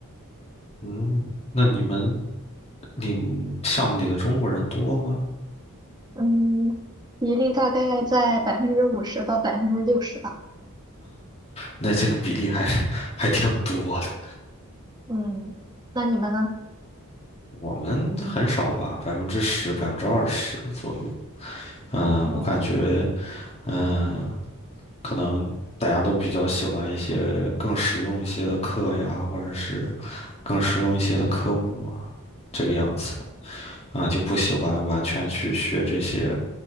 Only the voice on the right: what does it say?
嗯，比例大概在百分之五十到百分之六十吧。
嗯，那你们呢？
嗯